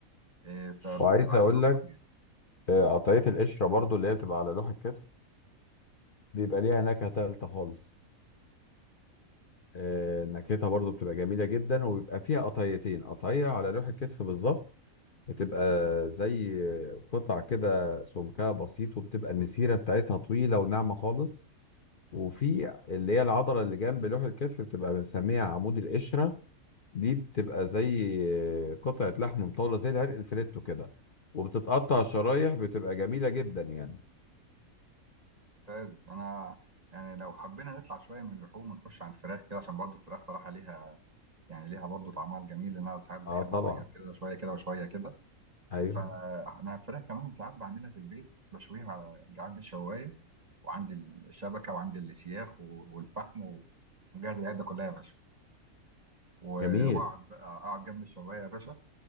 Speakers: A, on the right; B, on the left.
A: إيه، فبتبقى
B: وعايز اقول
A: عاجبهم
B: لك
A: أوي يعني
B: آه، قطعية القشرة برضو اللي هي بتبقى على لوح الكتف بيبقى ليها نكهة تالتة خالص آه، نكهتها برضو بتبقى جميلة جدا وبيبقى فيها قطعيتين قطعية على لوح الكتف بالظبط بتبقى زي قطع كده سمكها بسيط وبتبقى المسيرة بتاعتها طويلة وناعمة خالص وفي اللي هي العضلة اللي جنب لوح الكتف بتبقى بنسميها عمود القشرة دي بتبقى زي قطعة لحم مطولة زي العرق الفليتو كده وبتتقطع شرايح بتبقى جميلة جدا يعني
A: ممتاز أنا يعني لو حبينا نطلع شوية من اللحوم ونخش على الفراخ كده عشان برضه الفراخ صراحة ليها يعني ليها برضه طعمها الجميل لأن أنا ساعات بحب
B: اه طبعا
A: أغير كده شوية كده وشوية كده
B: ايوه
A: فأنا الفراخ كمان ساعات بعملها في البيت بشويها على عند الشواية وعندي الشبكه وعندي السياخ و- والفحم و- ومجهز العده كلها يا باشا و-
B: جميل
A: واقعد بقى اقعد جنب الشوايه يا باشا